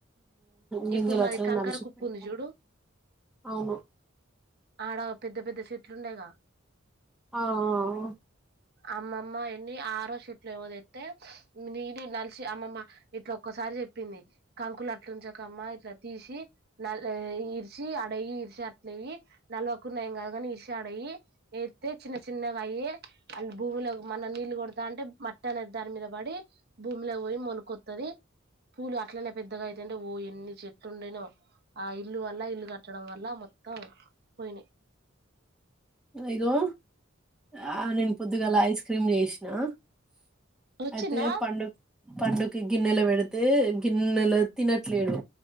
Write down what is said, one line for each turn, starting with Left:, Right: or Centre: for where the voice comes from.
Centre: గింజలు
Right: ఇప్పుడు మాది
Centre: అట్లనే
Right: కంకర
Centre: నలిసిపోతా
Right: కుప్పుంది చూడు
Centre: అవును
Right: ఆడ పెద్ద పెద్ద చెట్లు ఉండాయిగా
Centre: ఆ ఆ ఆ
Right: అమ్మమ్మ ఎన్ని ఆరో చెట్లేమో తెత్తే నేను నలిసి అమ్మమ్మ ఇట్లా ఒక్కసారి చెప్పింది కంకులు అట్లుంచకమ్మ ఇట్లా తీసి న ఇరిచి ఆడ ఇరిచి అట్లెయ్యి నల్వకున్న ఏం కాదు కాదు కాని ఇరిచి ఆడ ఎయ్యి ఎత్తే చిన్న చిన్నగా అయ్యి అ భువిలోకి మన్న నీళ్లు కొడతాంటే మట్ వేరే దన్మీద పడి భూమిలో పోయి మొలకొత్తది పూలు అట్లనే పెద్దగా అయితంటే ఊ ఎన్ని చెట్టు ఉండేనో ఆ ఇల్లు వల్ల ఇల్లు కట్టడం వల్ల మొత్తం అంత పోయినాయ్
Centre: ఇగో ఆ నేను పొద్దుగాల ఐస్ క్రీమ్ చేసినా
Right: వచ్చిందా
Centre: అయితే పండు పండుకి గిన్నెల పెడితే గిన్నెలో తినట్లేడు